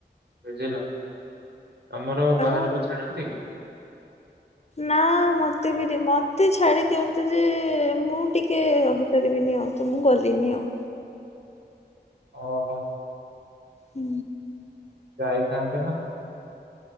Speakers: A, on the right (about 65°); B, on the left (about 35°).
A: ବୁଝିଲ ତମର
B: ଆଉ
A: ବାହାରକୁ ଛାଡନ୍ତି କି?
B: ନା ମତେ ବି ଦି ମତେ ଛାଡ଼ି ଦିଅନ୍ତି ଯେ ମୁଁ ଟିକେ ରହି ପାରିବିନି ଆଉ ତ ମୁଁ ଗଲିନି ଆଉ।
A: ଓହୋ।
B: ଉୁଁ।
A: ଯାଇଥାନ୍ତେ ନା।